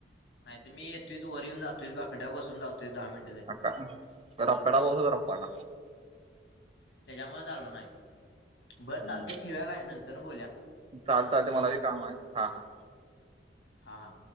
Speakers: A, on the left; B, on the right.
A: नाही त मी येतोच वर येन जातोयस बाकड्यावर बसून जातोस दहा मिनट
B: रपपाटा पाहस हो रपपाटा
A: त्याच्यामुळे झालो नाही बरं
B: हम्म
A: चालते ठेव्या का नंतर बोलल्या
B: चाल चालते मला काम आहे हा हा
A: हा हा